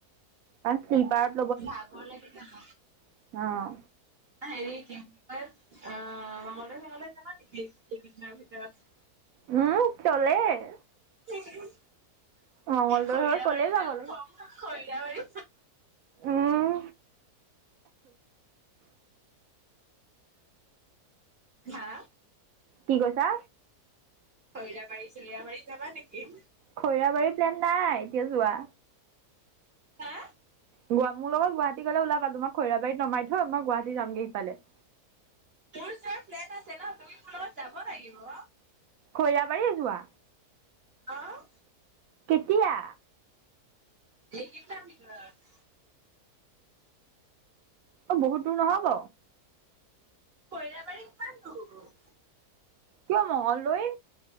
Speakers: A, on the right (about 70°); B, on the right (about 45°).
A: কাৰণ শ্লীপাৰত
B: ভাগৰ লাগি যাব।
A: অঁ
B: হেৰি কিম অ মঙলদৈ চঙলদৈ যাবা নেকি এইকেইদিনৰ ভিতৰত?
A: উম, কলেজ
B: <unintelligible>
A: মংগলদৈ
B: খৰিৰাবাৰী
A: হৈ ক'লে যাব
B: যাম
A: লাগে?
B: খং খৰিৰাবাৰী
A: উম
B: হা?
A: কি কৈছা?
B: খৈৰাবাৰী, চৈৰাাবাৰী যাবা নেকি?
A: খৈৰাবাৰী প্লেন নাই এতিয়া যোৱা।
B: হা?
A: গুৱা মোৰ লগত গুৱাহাটী গলে ওলাবা, তোমাক খৈৰাবাৰীত নমাই থয় মই গুৱাহাটী যাম গে ইফালে।
B: মোৰ যে প্লেন আছে ন তুমি মোৰ লগত যাব লাগিব।
A: খৈৰাবাৰি যোৱা?
B: অহ।
A: কেতিয়া?
B: এইকেইদিনৰ ভিতৰত।
A: অ বহুত দূৰ নহব?
B: খৈৰাবাৰী কিমান দূৰ।
A: কিয় মংগলদৈ?